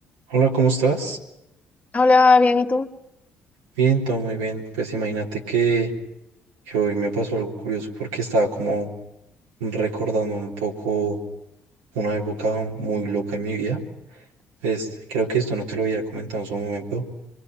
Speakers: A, on the right; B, on the left.
A: Hola, ¿cómo estás?
B: Hola, bien, ¿y tú?
A: Bien, todo muy bien. Pues imagínate que, que hoy me pasó algo curioso porque estaba como recordando un poco una época muy loca en mi vida. Pues creo que esto no te lo había comentado en su momento,